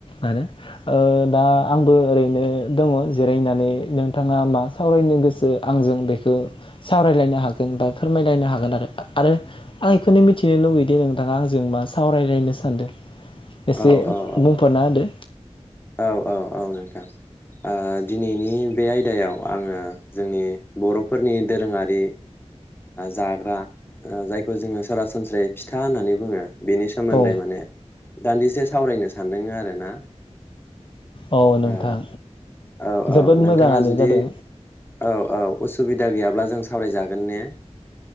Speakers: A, on the left; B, on the left.
A: आरो ओ दा आंबो ओरैनो दङो जिरायनानै नोंथांङा मा सावरायनो गोसो आंजों बेखो सावरायलायनो हागोन बा फोरमायलायनो हागोन आरो आरो आं बेखौनो मिथिनो लुगैदि नोंथांङा आंजों मा सावरायलायनो सान्दों एसे
B: औ औ
A: बुंफोरना होदो
B: औ औ औ नोंथां ओ दिनैनि बे आयदायाव आङो जोंनि बरफोरनि दोरोंङारि जाग्रा जायखौ जोङो सरासनस्रायै फिथा होननानै बुङो। बेनि सोमोन्दै
A: औ
B: माने दान्दिसे सावरायनो सानदों आरो ना।
A: औ नोंथां
B: ओ औ औ
A: जोबोद
B: नोंथांङा
A: मोजाङानो
B: जुदि
A: जादों
B: औ औ असु दा गैयाब्ला जों सावरायजागोन ने।